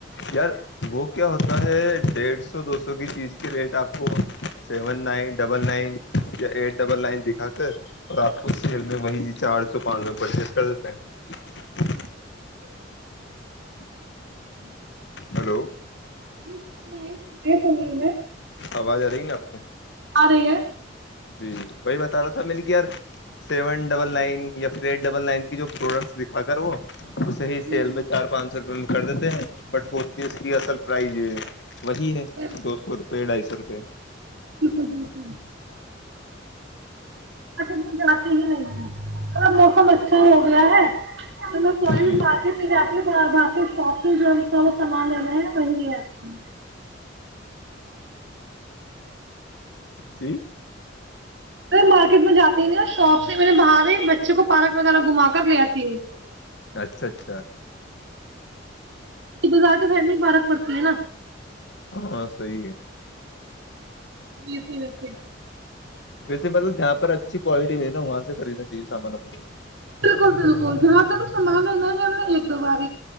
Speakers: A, on the left (about 65°); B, on the right (about 65°).
A: یار وہ کیا ہوتا ہے ڈیڑھ سو دو سو کی چیز کے ریٹ آپ کو سیون نائن ڈبل نائن یا ایٹ ڈبل نائن دکھا کر اور آپ کو سیل میں وہیں چار سو پانچ سو میں پرچیز کر دیتا ہیں
B: <inaudible>
A: ہلو
B: جی جی س رہے میں
A: آواز آ رہی ہے نا آپ کو
B: آرہی ہے
A: جی وہی بتا رہا تھا میں نے کہ یار سیون ڈبل نائن یا پ ایٹ ڈبل نائن کی جو پروڈکٹس دکھا کر وہ اسے ہی
B: جی
A: سیل
B: جی
A: میں
B: جی
A: چار پانچ سو روپے میں کر دیتے ہیں بٹ ہوتی اس کی اصل پرائز ہے وہی ہے
B: بالکل
A: دو سو روپے ڈھائی سو روپے <inaudible>
B: بالکل بکلک میں جاتی ہی نہیں ہب موسم اچھا ہو گیا ہے تو میں کوئی
A: جی
B: مارکیٹ میں جاتی ہوں باہر با کے شاپ جو ہم تھوڑا سامان لینا ہے وہی لے آتی ہوں
A: جی
B: مارکیٹ میں جاتی نہیں اور شاپ سے میں نے باہر ہی بچے کو پالک وغیرہ گھما کر لے آتی ہوں
A: اچھا اچھا
B: بازار کے سائڈ میں ہی پارک پڑتی ہے نا
A: ہاں صی ہے
B: جی پ رف
A: ویسے مطلب جہاں پر اچھی کوالٹی میں ہے نا وہاں سے خریدنا چاہیے سامان اپنے
B: بالکل بالکل جاں تک سامان لین ہے ہم نے ایک دو بار